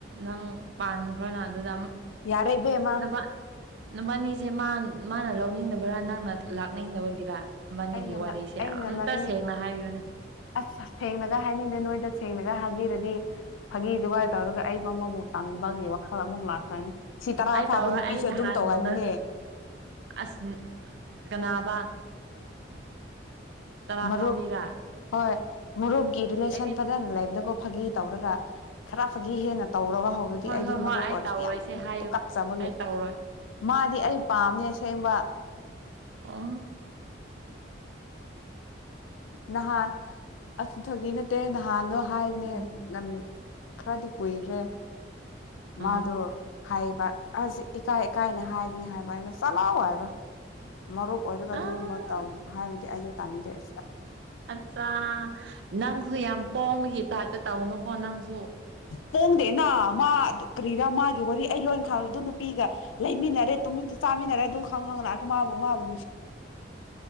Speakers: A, on the right (about 65°); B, on the left (about 85°).
A: ꯅꯪ ꯄꯥꯟꯈ꯭ꯔꯣꯅ ꯑꯗꯨꯗ
B: ꯌꯥꯔꯦ ꯏꯕꯦꯝꯃ
A: ꯅ ꯅꯨꯕꯥꯅꯤꯁꯦ ꯃꯥꯅ ꯂꯧꯅꯤꯡꯗꯕꯔꯥ ꯅꯪꯅ ꯂꯥꯛꯅꯤꯡꯗꯕꯒꯤꯔ ꯃꯅꯤꯒꯤ
B: ꯑꯩꯅ
A: ꯋꯥꯔꯤꯁꯦ
B: ꯑꯩꯅ
A: ꯑꯇ
B: ꯂꯧꯅꯤꯡ
A: ꯁꯦꯡꯅ ꯍꯥꯏꯕꯤꯌꯨꯅꯦ
B: ꯑꯁ ꯁꯦꯡꯅꯒ ꯍꯥꯏꯅꯤꯡꯗꯦ ꯅꯣꯏꯗ ꯁꯦꯡꯅꯒ ꯍꯥꯏꯕꯤꯔꯗꯤ ꯐꯥꯒꯤ ꯗꯨꯒꯥꯏ ꯇꯧꯔꯒ ꯑꯩꯕꯨ ꯑꯃꯕꯨ ꯇꯥꯟꯕꯒꯤ ꯋꯥꯈꯜ ꯑꯃꯨꯛ ꯂꯥꯛ ꯁꯤ ꯇꯔꯥ
A: ꯑꯩ ꯇꯧꯔ
B: ꯐꯥꯕ ꯅꯨꯄꯤꯁꯨ
A: ꯑꯩ ꯅꯍꯥꯟꯒꯨꯝꯅ
B: ꯑꯗꯨꯝ ꯇꯧꯒ ꯍꯥꯏꯕꯅꯦ
A: ꯑꯁ ꯀꯅꯥꯕ ꯇꯔꯥ
B: ꯃꯔꯨꯞ
A: ꯐꯥꯕꯤꯔꯥ
B: ꯍꯣꯏ ꯃꯔꯨꯞꯀꯤ ꯔꯤꯂꯦꯁꯟ
A: ꯑꯩꯗꯤ
B: ꯐꯖꯅ ꯂꯩꯕꯗꯀꯣ ꯐꯥꯒꯤ ꯇꯧꯔꯒ ꯈꯔ ꯐꯥꯒꯤ ꯍꯦꯟꯅ ꯇꯧꯔꯒ ꯍꯧꯔꯗꯤ
A: ꯍꯣꯏ
B: ꯑꯩꯗꯤ
A: ꯍꯣꯏ ꯍꯣꯏ
B: ꯃꯔꯨꯞ
A: ꯑꯩ
B: ꯑꯣꯏꯔꯁꯨ
A: ꯇꯧꯔꯣꯏꯁꯦ
B: ꯌꯥꯝ
A: ꯍꯥꯏꯌꯣ
B: ꯇꯨ ꯀꯥꯞꯆꯕꯒꯦ
A: ꯑꯩ ꯇꯧꯔꯣꯏ
B: ꯃꯥꯗꯤ ꯑꯩ ꯄꯥꯝꯅꯦ ꯁꯦꯡꯕ
A: ꯑ
B: ꯅꯍꯥꯟ ꯑꯁꯤ ꯊꯣꯛꯒꯤ ꯅꯠꯇꯦ ꯅꯍꯥꯟꯗꯣ ꯍꯥꯏꯕꯅꯦ
A: ꯎꯝ
B: ꯈꯔꯗꯤ ꯀꯨꯏꯈ꯭ꯔꯦ
A: ꯑꯥ
B: ꯃꯥꯗꯣ ꯍꯥꯏꯕ ꯑꯁꯤ ꯏꯀꯥꯏꯀꯥꯏꯅꯦ ꯍꯥꯏꯕꯅꯤ ꯍꯥꯏꯕ ꯑꯩꯅ ꯆꯂꯑꯣ ꯍꯥꯏꯕ ꯃꯔꯨꯞ ꯑꯣꯏꯔꯒ
A: ꯑꯥ
B: ꯑꯗꯨꯒꯨꯝꯕ ꯇꯧ ꯍꯥꯏꯕꯗꯤ ꯑꯩꯗꯤ ꯇꯥꯟꯅꯤꯡꯗꯦ
A: ꯑꯠꯆꯥ ꯅꯪꯁꯨ ꯌꯥꯝ ꯄꯣꯝꯕꯒꯤ ꯇꯥꯏꯞꯇ ꯇꯧꯅꯨꯀꯣ ꯅꯪꯁꯨ
B: ꯄꯣꯡꯗꯦꯅ ꯃꯥ ꯀꯔꯤꯔꯥ ꯃꯥꯒꯤ ꯋꯥꯔꯤ ꯑꯩ ꯂꯣꯏ ꯈꯥꯡꯕꯦ ꯑꯗꯨ ꯅꯨꯄꯤꯒ ꯂꯩꯃꯤꯟꯅꯔꯦ ꯇꯨꯃꯤꯟꯅ ꯆꯥꯃꯤꯟꯅꯔꯦ ꯑꯗꯨ ꯈꯪꯉꯒꯥ ꯂꯥꯛ ꯑꯦ ꯑꯗꯨ ꯃꯥꯕꯨ